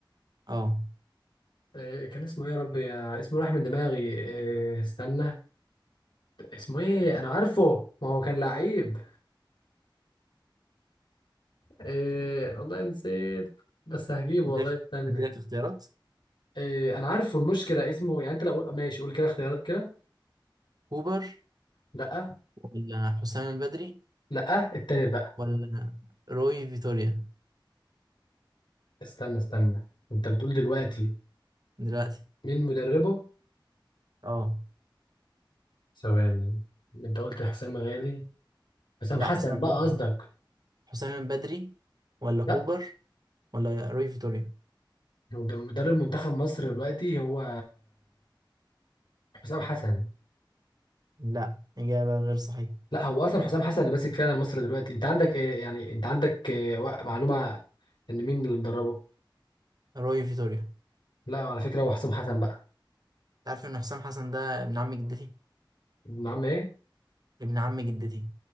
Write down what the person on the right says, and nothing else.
اه
اديلك
اديلك اختيارات
كوبر
ولا حسام بدري
ولا روي فيتوريا
دلوقتي
اه
لا
حسام
بدري
حسام بدري ولا كوبر
ولا روي فيتوريا
لا إجابة غير صحيحة
روي فيتوريا
تعرف إن حسام حسن ده ابن عم جدتي
ابن عم جدتي